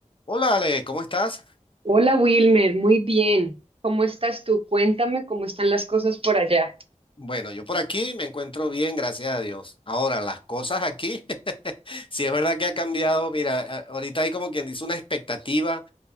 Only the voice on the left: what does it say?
Hola Ale, ¿cómo estás?
Bueno, yo por aquí me encuentro bien, gracias a Dios. Ahora, las cosas aquí, <laughs> si es verdad que ha cambiado, mira, a- ahorita hay como quien dice una expectativa,